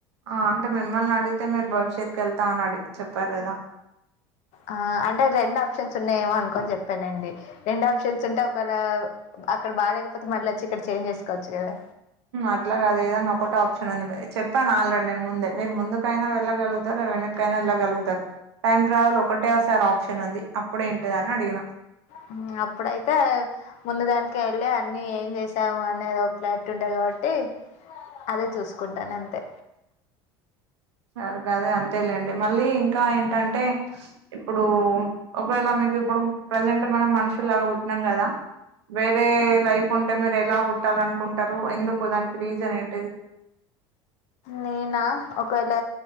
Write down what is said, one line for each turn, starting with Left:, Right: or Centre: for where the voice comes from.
Right: ఆ అంటే మిమ్మల్ని అడిగితే మీరు భవిష్యత్తుకి వెళ్తామని అడి చెప్పారు కదా
Left: ఆ అంటే రెండు ఆప్షన్స్ ఉన్నాయేమో అనుకోని చెప్పానండి రెండు ఆప్షన్స్ ఉంటే ఒకవేళ అక్కడ బాలేకపోతె మళ్ళి వచ్చి ఇక్కడ చేంజ్ చేసుకోవచ్చు కదా
Right: అట్లాగాదే ఏదన్న ఒకటి ఆప్షన్ ఉంది మీ చెప్పాను ఆల్రెడీ నేను ముందే మీరు ముందుకైనా వెళ్ళగలుగుతారు వెనక్కి అయినా వెళ్ళగలుగుతారు టైమ్ ట్రావెల్ ఒక ఒకేసారి ఆప్షన్ ఉంది అప్పుడు ఏంటిద అని అడిగిన
Left: హ్మ్. అప్పుడైతే ముందు దానికి వెళ్ళి అన్ని ఏం చేసాము అనేది ఒక క్లారిటీ ఉంటాది కాబట్టి అదే చూసుకుంటాను అంతే
Right: ఆహ్ గదే అంతేలేండి మళ్ళీ ఇంకా ఏంటంటే ఇప్పుడు ఒకవేళ మీకు ఇప్పుడు ప్రజెంట్ మనం మనుషుల్ లాగా పుట్టిం కదా వేరే లైఫ్ ఉంటే మీరు ఎలా పుట్టాలనుకుంటారు ఎందుకు దానికి రీజన్ ఏంటిది
Left: నేనా ఒకవేళ